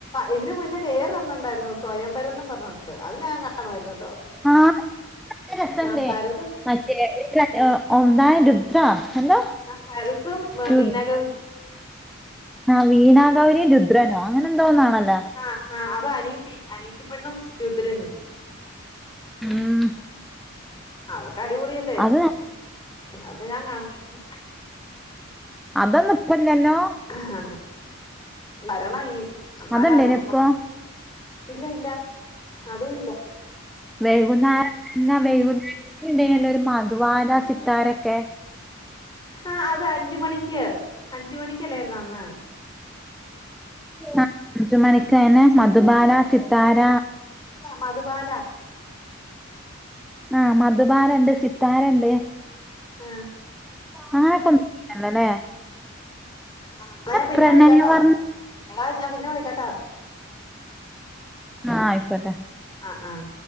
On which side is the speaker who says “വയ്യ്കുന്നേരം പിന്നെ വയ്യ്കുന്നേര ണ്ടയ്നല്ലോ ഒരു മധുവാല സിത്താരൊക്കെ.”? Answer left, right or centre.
Centre